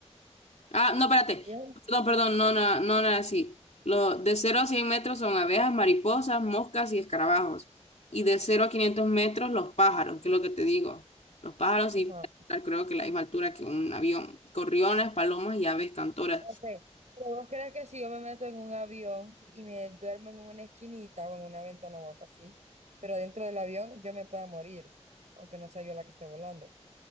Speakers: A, on the left; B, on the right.
A: Ah, no, espérate.
B: Bien.
A: Perdón, perdón, no, no, no, no era así. Lo, de cero a 100 metros son abejas, mariposas, moscas y escarabajos. Y de cero a 500 metros los pájaros, que es lo que te digo. Los pájaros
B: Ajá.
A: sí, creo que la misma altura que un avión. Corriones, palomas y aves cantoras.
B: Ok. Pero vos crees que si yo me meto en un avión y me duermo en una esquinita o en una ventana o algo así, pero dentro del avión yo me pueda morir, aunque no sea yo la que esté volando,